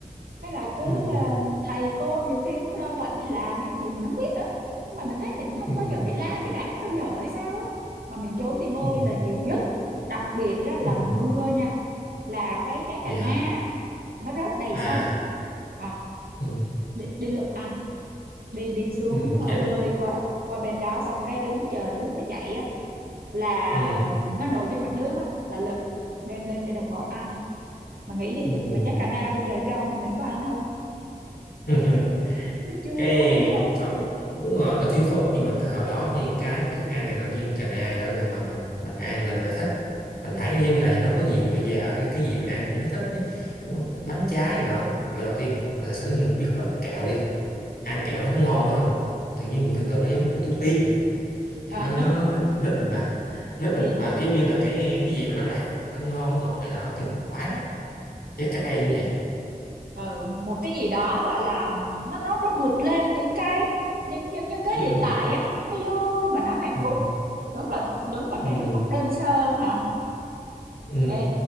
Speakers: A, on the right; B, on the left.
A: cái là cứ
B: Ừ.
A: à, thầy cô nhiều khi cũng lo bận đi làm hay gì mình không biết nữa nhưng mà mình thấy mình không
B: Ừ.
A: bao giờ bị la bị đánh bao giờ hay sao á mà mình trốn đi bơi
B: ừ
A: là nhiều nhất đặc biệt đó là
B: ừ
A: mưa nha là cái trái
B: vậy
A: cà na
B: hả
A: á, nó rớt đầy
B: à
A: sông à
B: ừ
A: đi, đi lượm à, đi đi xuống
B: ừ
A: ờ,
B: cái
A: bơi qua qua bên đó xong cái đứng chờ nước nó chảy á là
B: ừ
A: nó nổi trên mặt nước á là lụp đem lên cho đồng bọn ăn mà nghĩ đi
B: ừ
A: mà chắc cà na bây giờ cho mình mình có ăn không
B: <laughs>
A: nó chua
B: cái
A: <laughs> đúng không
B: thọ- đúng rồi nó thiếu sót nhưng mà cái hồi đó có những cái mà thức ăn này nọ như cành ai đó là mà mình mình ăn là mình đã thích mình thấy giống như là nó có gì bây giờ cái cái gì mình ăn cũng thấy thích ấy. cũng bánh trái này nọ lần đầu tiên mình, mình thật sự mình biết bánh kẹo đi ăn kẹo thấy nó ngon quá mình tự nhiên mình tưởng tượng nó giống như là thuốc tiên vậy đó. thì
A: à,
B: nó nó nó nít mình mà nít mình
A: thì
B: mà giống như là cái cái gì mà nó làm nó ngon nó ngọt này nọ là cái mình khoái lắm trái cây cũng vậy
A: ừ, một cái gì đó gọi là nó nó nó vượt lên những cái những những những cái
B: ừ
A: hiện tại á nó vui mà nó hạnh
B: ừ
A: phúc đúng là đúng là
B: ừ
A: cái hạnh phúc đơn sơ hả
B: ừ
A: ê